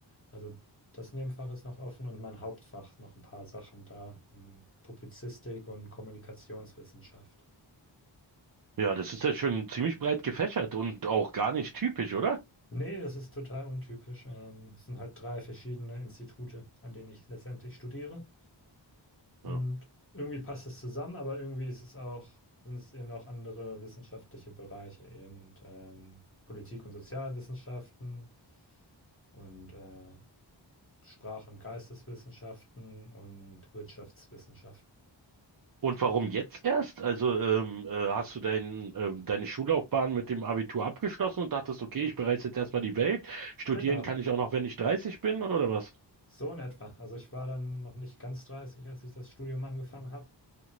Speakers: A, on the left; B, on the right.
A: Also das Nebenfach ist noch offen und mein Hauptfach noch ein paar Sachen da in Publizistik und Kommunikationswissenschaft.
B: Ja, das ist ja schon ziemlich breit gefächert und auch gar nicht typisch, oder?
A: Nee, das ist total untypisch. Ähm, es sind halt drei verschiedene Institute, an denen ich letztendlich studiere. Und
B: Ja.
A: irgendwie passt es zusammen, aber irgendwie ist es auch, sind es eben auch andere wissenschaftliche Bereiche, eben ähm, Politik- und Sozialwissenschaften und äh, Sprach- und Geisteswissenschaften und Wirtschaftswissenschaften.
B: Und warum jetzt erst? Also ähm, äh, hast du dein, ähm, deine Schullaufbahn mit dem Abitur abgeschlossen und dachtest, okay, ich bereise jetzt erstmal die Welt. Studieren
A: Genau,
B: kann ich auch noch, wenn ich 30 bin, oder was?
A: so in etwa. Also ich war dann noch nicht ganz dreißig als ich das Studium angefangen habe,